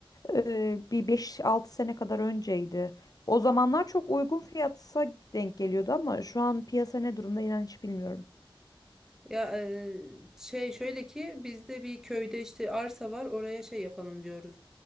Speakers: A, on the left; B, in the centre.
A: Ee, bir beş altı sene kadar önceydi. O zamanlar çok uygun fiyatsa denk geliyordu ama şu an piyasa ne durumda inan hiç bilmiyorum.
B: Ya e, şey şöyle ki bizde bir köyde işte arsa var oraya şey yapalım diyoruz.